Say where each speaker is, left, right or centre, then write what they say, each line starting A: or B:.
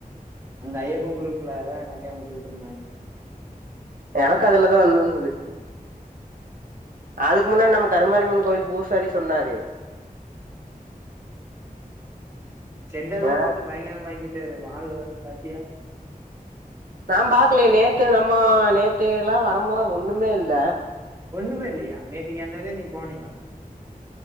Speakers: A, on the right; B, on the right.
A: அந்த ஐயப்ப குரூப்ல தா எனக்கே அனுப்ச்சு விட்டுருந்தாங்க
B: எனக்கு அதுலதா வந்துர்ந்துது அதுக்கு முன்னாடி நம்ம கருமாரிஅம்மன் கோவில் பூசாரி சொன்னாரு
A: சென்டு எல்லா
B: ஆ
A: போட்டு பயங்கரமாக்கிட்டாரு வாழ்று பாத்தியா
B: நா பாக்லயே நேத்து நம்ம நேத்து எல்லா வரும்போது ஒண்ணுமே இல்ல
A: ஒண்ணுமே இல்லியா நேத்திக்கி அந்த வழியா நீ போனியா